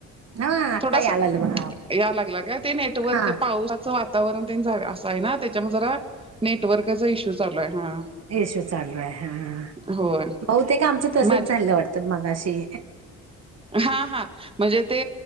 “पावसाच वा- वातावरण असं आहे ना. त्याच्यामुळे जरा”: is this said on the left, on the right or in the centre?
Right